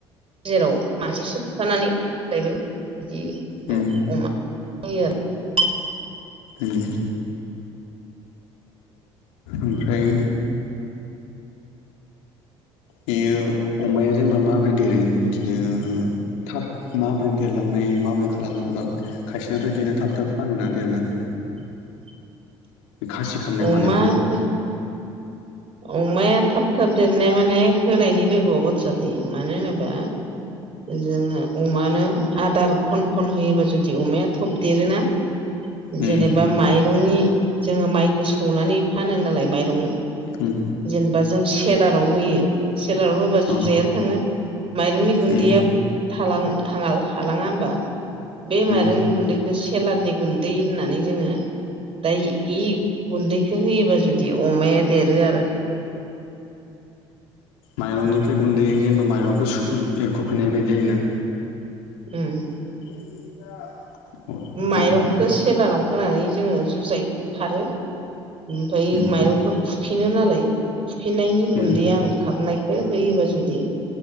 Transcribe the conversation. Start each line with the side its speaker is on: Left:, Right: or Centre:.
Right: जेराव मासे सोबथानानै फानायबाय बिदि
Left: उम
Right: अमा <unintelligible>
Left: उम ओमफ्राय बियो अमाया जेनेबा माबोरै देरो बिदिनो थाब माबोरै देरलांनाय माबोरै खालामो जेनेबा खायसेनाथ बिदिनो थाब थाब फानोना देरनानै
Right: <inaudible>
Left: खासि खामनाय
Right: अमाखौ
Left: मानायफ्रा
Right: अमाया थाब थाब देरनाय माने होनायनि लोगोआव बाथ्रा थायो मानो होनोबा जोङो अमानो आदार ख खन होयोबा जुदि अमाया थब देरोना
Left: उम
Right: जेनेबा माइरंनि जोङो बेखौ सौनानै फानो नालाय माइरं
Left: उम
Right: जेनेबा जों सेलाराव होयो सेलाराव होबा जुजाया
Left: औ
Right: थाङो माइरंनि गुन्दैया
Left: उम
Right: थालाङा होमबा बे माइरंनि
Left: उम
Right: गुन्दैखौ थेलारनि गुन्दै होननानै जोङो दा इ गुन्दैखौ होयोबा जुदि अमाया देरो आरो
Left: माइरंनि ओमफ्राय गुन्दै जेनेबा माइरंखौ एरखुफैनाय बायदि जो
Right: उम
Left: <unintelligible>
Right: माइरंखौ
Left: जेनेबा
Right: सेेलाराव होनानै जोङो जुजाइखौ खारो ओमफ्राय
Left: उम
Right: माइरंखौ खुफिनो नालाय खुफिनायनि गुन्दैया
Left: उम
Right: आं खारनायखौ होयोबा जुदि